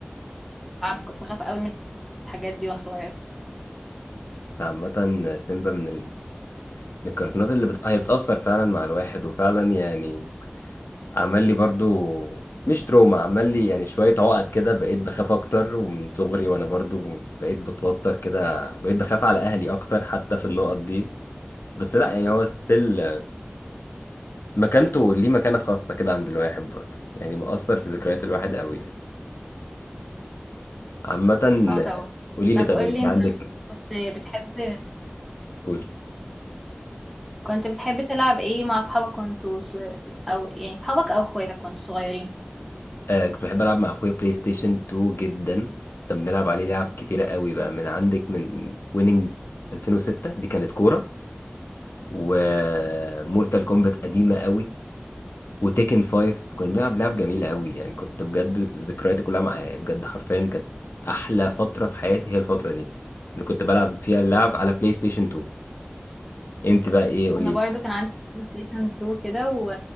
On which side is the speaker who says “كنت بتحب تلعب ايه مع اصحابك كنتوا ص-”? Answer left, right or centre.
Centre